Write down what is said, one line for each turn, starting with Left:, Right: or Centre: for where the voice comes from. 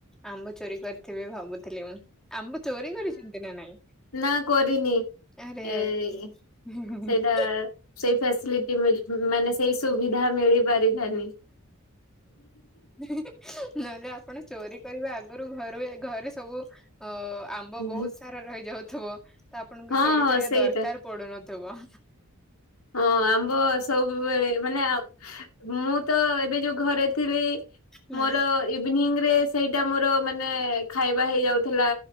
Centre: ଆମ୍ବ ଚୋରି କରିଥିବେ ଭାବୁଥିଲି ମୁଁ। ଆମ୍ବ ଚୋରି କରିଛନ୍ତି ନା ନାଇଁ?
Left: ନା, କରିନି।
Centre: ଆରେ
Left: ଏଇ
Centre: ଆରେ।
Left: ସେଇଟା ସେଇ ଫେସିଲି <unintelligible> ମାନେ ସେଇ ସୁବିଧା ମିଳି ପାରିଲାନି।
Centre: <unintelligible> ନହେଲେ ଆପଣ ଚୋରି କରିବା ଆଗରୁ ଘରୁ ଏ ଘରେ ସବୁ ଅ-ଆମ୍ ମ୍ବ
Left: ହଁ
Centre: ବହୁତ ସାରା ରହିଯାଉଥୁବ। ତ ଆପଣଙ୍କୁ
Left: ହଁ
Centre: ଚୋରି କରିବା
Left: ସେଇଟା।
Centre: ଦରକାର ପଡ଼ୁନଥୁବ।
Left: ହଁ ଆମ୍ବ ସବୁବେଳେ ମାନେ ମୁଁ ତ, ଏବେ ଯୋଉ ଘରେ ଥିଲି,
Centre: ହୁଁ
Left: ମୋର ଇଭିନିଂ ରେ ସେଇଟା ମୋର ମାନେ ଖାଇବା ହେଇଯାଉଥିଲା।